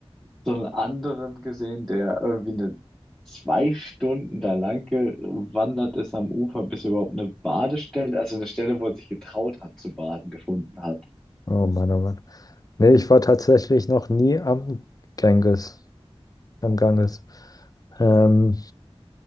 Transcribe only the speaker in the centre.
so einen anderen gesehen, der irgendwie eine zwei Stunden da lang gewandert ist am Ufer, bis er überhaupt eine Badestelle, also eine Stelle, wo er sich getraut hat zu baden, gefunden hat.